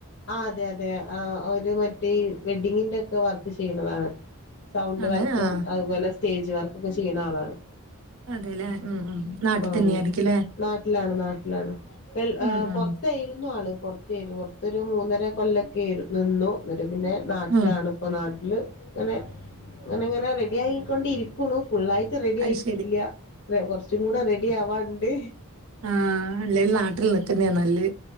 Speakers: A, on the left; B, on the right.
A: ആഹ് അതെ അതെ ആ ഓര് മറ്റേ ഈ വെഡ്ഡിങ്ങിന്റെ ഒക്കെ വർക്ക് ചെയ്യുന്നതാണ്. സൗണ്ട്
B: ആണ്
A: വർക്കും
B: ആ
A: അത് പോലെ സ്റ്റേജ് വർക്കൊക്കെ ചെയ്യ്ണ ആളാണ്.
B: അതെല്ലേ ഉം ഉം നാട്ടിൽ
A: ആഹ്
B: തന്നെയായിരിക്കുംല്ലേ
A: നാട്ടിലാണ് നാട്ടിലാണ് പെയ്
B: ഉം ഉം
A: പുറത്തേയ്രുന്നു ആള്. പൊർത്തേനു പൊർത്തൊരു മൂന്നര കൊല്ലൊക്കെ ര് നിന്നു ന്നിട്ട് പിന്നെ നാട്ടിലാണ്
B: ഉം
A: ഇ. ഇപ്പൊ നാട്ടില് ങ്ങനെ ങ്ങനെ ങ്ങനെ റെഡി ആയിക്കൊണ്ടിരിക്കുണു. ഫുുള്ളായിറ്റ് റെഡി
B: അത്
A: ആയിറ്റില്ല്യ.
B: ശരി
A: റെ കുറച്ചും കൂടെ റെഡി ആവാണ്ട്.
B: ആഹ് അല്ലേൽല് നാട്ടിൽ നിൽക്കുന്നേ നല്ലെ.